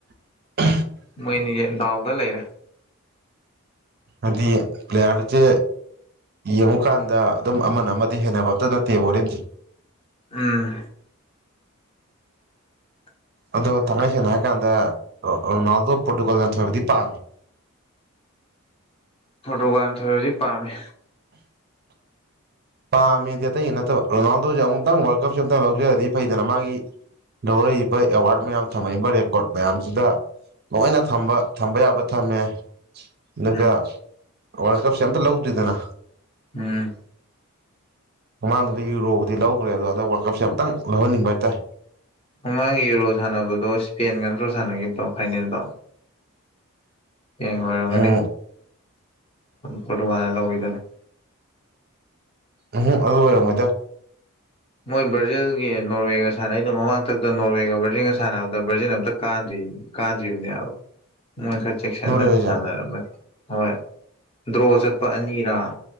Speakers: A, on the right; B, on the left.
A: <inaudible>
B: ꯃꯣꯏꯅꯤꯁꯦ ꯗꯥꯎꯗ ꯂꯩꯔꯦ
A: ꯍꯥꯏꯗꯤ ꯄ꯭ꯂꯦꯌꯥꯔꯁꯦ ꯌꯦꯡꯉꯨꯀꯥꯟꯗ ꯑꯗꯨꯝ ꯑꯃꯅ ꯑꯃꯗꯩ ꯍꯦꯟꯅꯕ ꯑꯝꯇ ꯅꯠꯇꯦꯕ ꯍꯣꯔꯦꯟꯁꯦ
B: ꯑꯝ <inaudible>
A: ꯑꯗꯣ ꯇꯥꯡꯉꯥꯏꯁꯤꯅ ꯍꯥꯏ ꯀꯥꯟꯗ ꯅꯗꯣ ꯄꯨꯀꯣꯜꯅꯗꯤꯄꯥ
B: ꯄꯣꯔꯇꯨꯒꯜꯅ ꯊꯣꯏꯕꯗꯤ ꯄꯥꯝꯃꯤ
A: ꯄꯥꯝꯃꯦꯗꯤ ꯑꯇꯩꯒꯤ ꯅꯠꯇꯕ ꯔꯣꯅꯥꯜꯗꯣꯁꯦ ꯑꯃꯨꯛꯇꯪ ꯋꯥꯔꯜ ꯀꯞꯁꯦ ꯑꯨꯛꯇꯪ ꯂꯧꯖꯔꯗꯤ ꯐꯩꯗꯅ ꯃꯥꯒꯤ ꯂꯧꯔꯛꯏꯕ ꯑꯦꯋꯥꯔꯠ ꯃꯌꯥꯝ ꯊꯝꯃꯛꯏꯕ ꯔꯦꯀꯣꯔꯠ ꯃꯌꯥꯝꯁꯤꯗ ꯂꯣꯏꯅ ꯊꯝꯕ ꯊꯝꯕ ꯌꯥꯕ ꯊꯝꯃꯦ ꯑꯗꯨꯒ
B: ꯎꯝ
A: ꯋꯥꯔꯜ ꯀꯞꯁꯦ ꯑꯝꯇ ꯂꯧꯗꯔꯤꯗꯅ
B: ꯎꯝ
A: ꯃꯃꯥꯡꯗꯗ ꯌꯨꯔꯣꯕꯨꯗꯤ ꯂꯧꯈ꯭ꯔꯦ ꯑꯗꯣ ꯍꯟꯗꯛ ꯋꯥꯔꯜ ꯀꯞꯁꯦ ꯑꯃꯨꯛꯇꯪ ꯂꯧꯍꯟꯅꯤꯡꯕ ꯍꯥꯏꯇꯥꯔꯦ
B: ꯃꯃꯥꯡꯒꯤ ꯌꯨꯔꯣ ꯁꯥꯟꯅꯕꯗꯣ ꯏꯁꯄꯦꯟꯒ ꯅꯠꯇ꯭ꯔꯣ ꯁꯥꯟꯅꯈꯤꯕꯗꯣ ꯐꯥꯏꯅꯦꯜꯗꯣ ꯍꯌꯦꯡ ꯑꯣꯏꯔꯝꯒꯅꯤ
A: ꯎꯝ
B: ꯐꯣꯠꯇꯨꯀꯥꯟꯅ ꯂꯧꯕꯤꯗꯅ
A: ꯎꯝ ꯑꯗꯨ ꯑꯣꯏꯔꯝꯃꯣꯏꯗ
B: ꯍꯣꯏ ꯕ꯭ꯔꯥꯖꯤꯜꯒꯤ ꯅꯣꯔꯋꯦꯒ ꯁꯥꯟꯅꯩꯗꯣ ꯃꯃꯥꯡꯊꯛꯇ ꯅꯣꯔꯋꯦꯒ ꯕ꯭ꯔꯖꯤꯜꯒ ꯁꯥꯟꯅꯕꯗ ꯕ꯭ꯔꯥꯖꯤꯜ ꯑꯝꯇ ꯀꯥꯗ꯭ꯔꯤ ꯀꯥꯗ꯭ꯔꯤꯕꯅꯦ ꯍꯥꯏꯕ ꯃꯣꯏ ꯈꯔ ꯆꯦꯛꯁꯤꯟꯅ
A: ꯅꯣꯔꯋꯦꯁꯦ
B: ꯁꯥꯟꯅꯔꯝꯝꯕꯅꯤ ꯍꯣꯏ ꯗ꯭ꯔꯣ ꯆꯠꯄ ꯑꯅꯤꯔꯥ